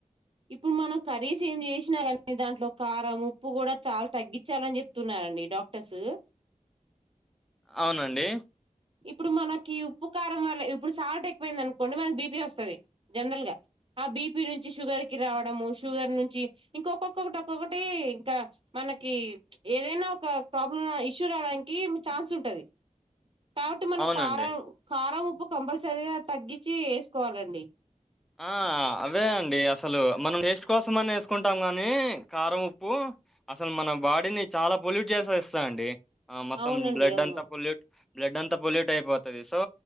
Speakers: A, on the right; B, in the centre.
A: ఇప్పుడు మనం కర్రీస్ ఏం చేసినా కానీ దాంట్లో కారం ఉప్పు కూడా చాలా తగ్గించాలని చెప్తున్నరండి డాక్టర్స్
B: అవునండి
A: ఇప్పుడు మనకి ఉప్పు కారం వల్ల ఇప్పుడు సాల్ట్ ఎక్కువైంది అనుకోండి మనకి బీపీ వస్తుంది జనరల్ గా ఆ బీపీ నుంచి షుగర్ కి రావడము షుగర్ నుంచి ఇంక ఒక్కొక్కొక్కటి ఒక్కొక్కటి ఇంకా మనకి ఏదైనా ఒక ప్రాబ్లం ఇష్యూ రావడానికి ఛాన్స్ ఉంటది కాబట్టి మన
B: అవునండి.
A: కారం కారం ఉప్ ఉప్పు కంపల్సరీగా తగ్గించి ఎసుకోవాలండి
B: ఆ అవే అండి అసలు మనం టేస్ట్ కోసం అని వేసుకుంటాం కానీ కారం ఉప్పు అసలు మన బాడీని చాలా పొల్యూట్ చేసేస్థాయి అండి ఆ మెత్తం
A: అవునండి
B: బ్లడ్
A: అవును
B: అంతా పొల్యూట్ బ్లడ్ అంతా పొల్యూట్ అయిపోతది సో